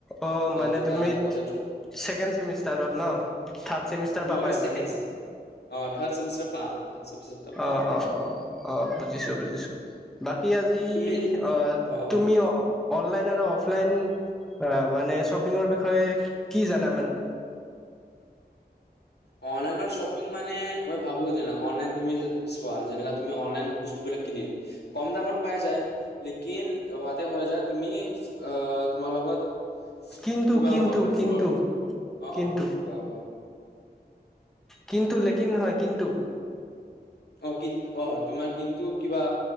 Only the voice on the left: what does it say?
যেটা
কলেজ
নহয়
ছেকেণ্ড
অ থাৰ্ড চেমিষ্টাৰ পাম। থাৰ্ড চেমিষ্টাৰ
পাম
তুমি
অ
অ
অনলাইনৰ শ্বপিং মানে মই ভাবো যে অনলাইন তুমি চোৱা যেনে তুমি অনলাইন বস্তুবিলাক কিনিল কম দামত পাই যায় লেকিন হোৱাতে হৈ যায় তুমি তোমাৰ লগত কিবা
হ'ব পাৰে
ফ্ৰড অহ
',- অহ ', কোৱা - কোৱা?
অহ ', কিন্তু অহ ', তোমাৰ কিন্তু কিবা